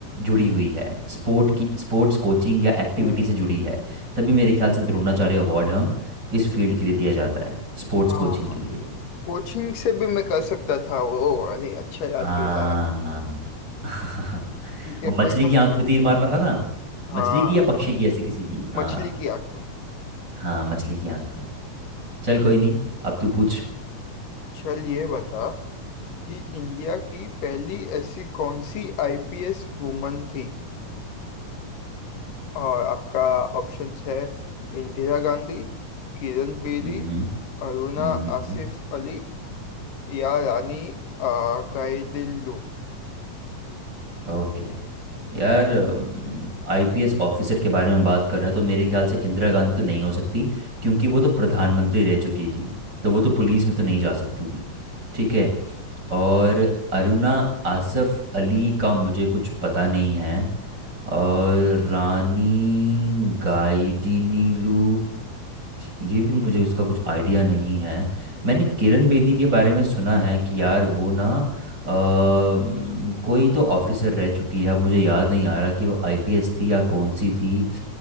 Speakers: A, on the right; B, on the left.
A: जुड़ी हुई है स्पोर्ट की स्पोर्ट्स कोचिंग या एक्टिविटी
B: हम्म
A: से जुड़ी है तभी मेरे ख्याल से द्रोणाचार्य अवार्ड हम इस फील्ड के लिए दिया जाता है स्पोर्ट्स
B: हाँ
A: कोचिंग
B: हाँ
A: के लिए
B: कोचिंग से भी मैं कर सकता था वो अरे अच्छा याद
A: हाँ
B: भी लाया हम्म,
A: <laughs>
B: ठीक है
A: वो मछली
B: कोई ना
A: की आंख में तीर मारना था ना
B: हाँ
A: मछली की या पक्षी की ऐसे किसी की हाँ
B: मछली की आंख में
A: हाँ मछली की आंख में चल कोई नहीं अब तू पूछ
B: चल ये बता कि इंडिया की पहली ऐसी कौन सी आईपीएस वुमन थी और आपका ऑप्शंस है इंदिरा गांधी किरण बेदी
A: हम्म हम्म
B: अरुणा
A: हम्म,
B: आसिफ
A: हम्म।
B: अली या रानी आ, गाइडिनलो
A: ओके यार आईपीएस ऑफिसर के बारे में बात कर रहा है तो मेरे ख्याल से इंदिरा गांधी तो नहीं हो सकती क्योंकि वो तो प्रधानमंत्री रह चुकी थी तो वो तो पुलिस में तो नहीं जा सकती थी ठीक है और अरुणा आसफ अली का मुझे कुछ पता नहीं है और रानी गाइडिनीलू ये भी मुझे उसका कुछ आइडिया नहीं है मैंने किरण बेदी के बारे में सुना है कि यार वो ना अ, म, कोई तो ऑफिसर रह चुकी है अब मुझे याद नहीं आ रहा कि वो आईपीएस थी या कौन सी थी